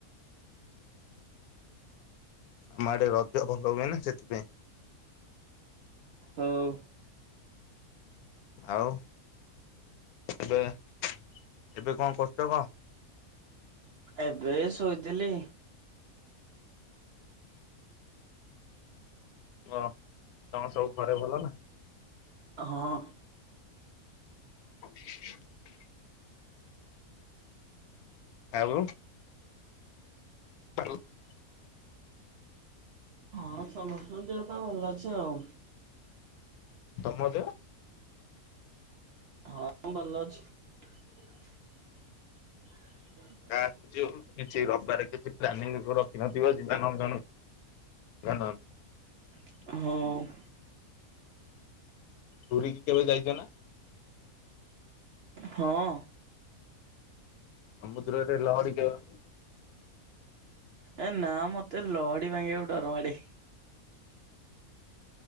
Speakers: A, on the left (about 80°); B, on the right (about 65°).
A: ଆମଆଡେ ରଜ ଭଲ ହୁଏନା ସେଥିପାଇଁ।
B: ହଉ।
A: ଆଉ ଏବେ-ଏବେ କଣ କରୁଚ କଣ?
B: ଏବେ ଶୋଇଥିଲି।
A: ହଁ ତମ ସବୁ ଘରେ ଭଲ?
B: ହଁ।
A: <unintelligible> ଆଉ <inaudible>
B: ହଁ ସମସ୍ତଙ୍କ ଦେହପା ଭଲ ଅଛି ଆଉ।
A: ତମ ଦେହ?
B: ହଁଁ ଭଲ ଅଛି। <unintelligible> <unintelligible>
A: ଆ ଯୋଉ କିଛି ରବିବାରେ କିଛି ପ୍ଲାନିଂ ରଖିିନଥିବ ଯିବା ନନ୍ଦନ କାନନ୍।
B: ହଁ।
A: ପୁରୀ କି କେବେ ଯାଇଚ ନା?
B: ହଁ।
A: ସମୁଦ୍ରରେ ଲହଡି କେବେ
B: ଏ ନାଁ ମତେ ଲହଡି ଭାଙ୍ଗିବାକୁ ଡରମାଡେ।